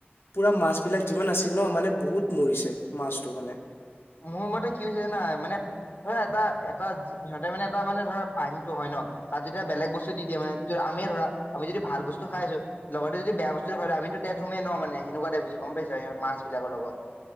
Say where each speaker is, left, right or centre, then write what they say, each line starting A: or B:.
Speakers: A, on the left; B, on the left.
A: পুৰা মাছবিলাক যিমান আছিল ন', মানে বহুত মৰিছে মাছটো মানে।
B: মোৰ মতে কি হৈছে জানা? মানে ধৰা এটা- এটা- সিহঁতে মানে এটা মানে ধৰা পানীটো হয় ন তাত যেতিয়া বেলেগ বস্তু দি দিয়ে মানে, আমিয়ে ধৰা, আমি যদি ভাল বস্তু খাই আছোঁ, লগতে যদি বেয়া বস্তু আমিতো দেথ হমেই ন', মানে সেনেকুৱা টাইপ হৈছে গম পাইছা? সে- মাছবিলাক লগত